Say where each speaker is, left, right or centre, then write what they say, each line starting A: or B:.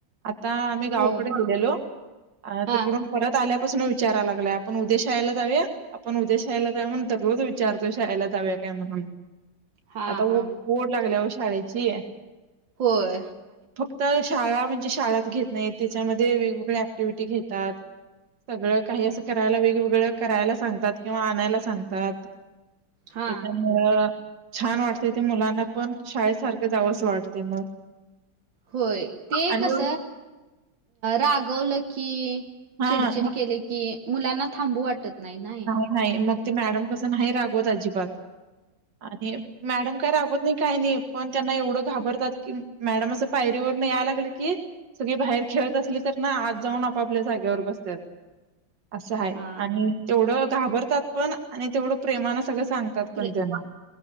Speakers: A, on the right; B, on the right.
A: आता आम्ही गावाकडे
B: हो
A: गेलेलो
B: हा
A: तिकडून परत आल्या विाराय लागला आपण उद्या शाळेला जाऊया आपण उद्या शाळेला जा म्हण रोज विचारतो शाळेला जावे काय म्हणून
B: हा
A: आता ओढ
B: हा
A: लागल्या अश शाळेची आहे
B: होय
A: तर शाळा म्हणजे शाळच घेत नाही त्याच्यामध्ये वेगवेगळ ऍक्टिव्हटी घेतात सगळं काही असं करायला वेगवेगळं करायला सांगतात किंवा आणायला सांगतात
B: हा
A: त्याच्यामुळं छान वाटते ते मुलांना पण शाळेसारखं जावंच वाटते मग
B: होय ते
A: आणि
B: कस रागवलं की
A: हा
B: चिडचिड केले की मुलांना थांबू वाटत नाही नाही
A: हा हाय मग ते मॅडम कसं नाही रागवत अजिबात आणि मॅडम काय रागवत नाही काही नाही पण त्यांना एवढं घाबरतात कि मॅडम असं पायरीवरून यायला लागली की सगळी बाहेर खेळत असली तर ना आत जाऊन आपापल्या जागेवर बसतात असं आहे
B: हा
A: आणि व घाबरतात पण आणि तेवढ प्रमाण पण राहतात सांगतात
B: प्रे
A: पण तेना